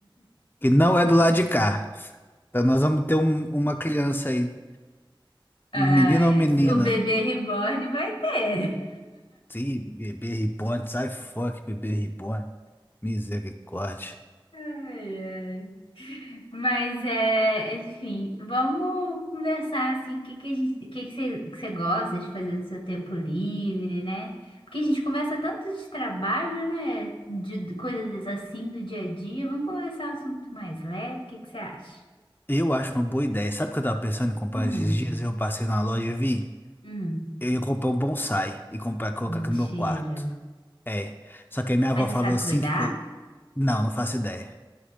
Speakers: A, on the left; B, on the left.
A: que não é do lado de cá. Então nós vamos ter um- uma criança aí,
B: Ai,
A: um menino ou menina.
B: ai, o bebê reborn vai ter.
A: Sim, bebê reborn, sai fora que bebê reborn. Misericórdia.
B: Ai, ai. Mas é, enfim, vamos conversar assim, o que que a gente, o que que você, que você gosta de fazer no seu tempo livre, né? Porque a gente conversa tanto de trabalho, né? De, de coisas assim do dia a dia. Vamos conversar um assunto mais leve. O que que você acha?
A: Eu acho uma boa ideia. Sabe o que eu tava pensando em comprar
B: Hum,
A: esses dias? Eu passei na loja e vi.
B: hum,
A: Eu ia comprar um bonsai e comprar, colocar
B: mentira.
A: aqui no meu quarto. É. Só que aí minha avó
B: Mas você
A: falou
B: sabe
A: assim
B: cuidar?
A: que. co-
B: <laughs>
A: Não, não faço ideia.